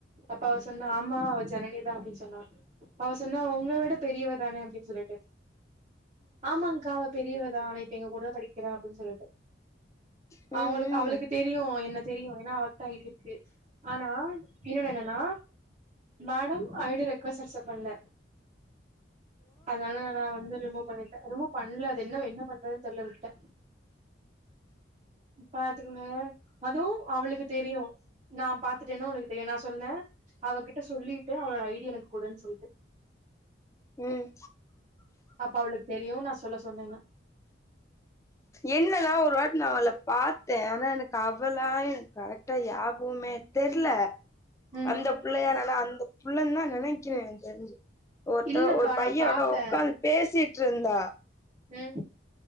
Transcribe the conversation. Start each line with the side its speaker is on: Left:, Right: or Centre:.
Right: அப்ப அவ சொன்ன ஆமா அவ ஜனனிதா அப்டின்னு சொன்னா அவ சொன்னா உங்க விட பெரியவ தானே அப்டின் சொல்லிட்டு ஆமாங்கா அவ பெரியவ தா ஆன இப்ப எங்க கூட தா படிக்கிறா அப்டின் சொல்லிட்டு
Left: ம்
Right: அவங்களுக்கு அவளுக்கு தெரியு என்ன தெரியு ஏனா அவ தா இது இருக்கு ஆனா இன்னொன்னு என்னன்னா மேடம் ஐடி ரெக்வஸ்ட் அக்செப் பண்ல அதனால நா வந்து ரிமூவ் பண்ணிட்டே ரிமூவ் பண்ல அது என்ன என்ன பண்றதுன்னு தெர்ல விட்டுட்டே பாத்துக்குங்க அதுவு அவளுக்கு தெரியு நா பாத்துட்டேன்னு அவளுக்கு தெரியு நா சொன்னே அவகிட்ட சொல்லி ட்டு அவளோட ஐடி ய எனக்கு குடுன்னு சொல்ட்டு
Left: ம்
Right: அப்ப அவளுக்கு தெரியு நா சொல்ல சொன்னேன்னு
Left: என்னல்லா ஒரு வாட்டி நா அவள பாத்தே ஆனா எனக்கு அவளா எனக்கு கரெக்டா யாபோமே தெர்ல
Right: ம்
Left: அந்த புள்ளையா என்னால அந்த புள்ளன்னு தா நெனக்கிற எனக் தெரிஞ்சு ஒருத்த
Right: இல்லக்கா
Left: ஒரு பையனோட
Right: நா பாத்தே
Left: ஒக்காந்து பேசிட்ருந்தா
Right: ம்